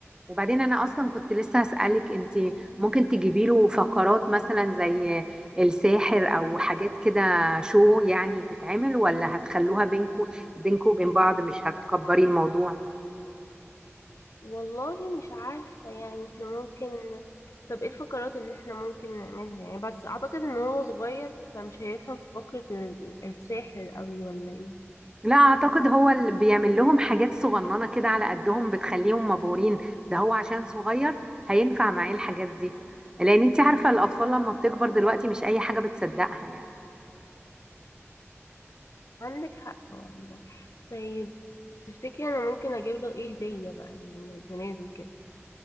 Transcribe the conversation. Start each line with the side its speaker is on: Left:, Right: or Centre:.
Right: وبعدين انا اصلا كنت لسه هسألك انتي ممكن تجيبي له فقرات مثلا زي الساحر او حاجات كده شو يعني تتعمل ولا هتخلوها بينكو بينكو وبين بعض مش هتكبري الموضوع
Left: والله مش عارفة يعني احنا ممكن طب ايه الفقرات اللي احنا ممكن نعملها يعني بس اعتقد ان هو صغير فمش هيفهم في فقرة ال- الساحر قوي ولا ايه
Right: لا اعتقد هو اللي بيعمل لهم حاجات صغننه كده على قدهم بتخليهم مبهورين ده هو عشان صغير هينفع معاه الحاجات دي لان انت عارفه الاطفال لما بتكبر دلوقتي مش اي حاجه بتصدقها يعني
Left: عندك حق والله طيب تفتكري انا ممكن اجيب له ايه هدية بقى يعني عيد ميلاده كده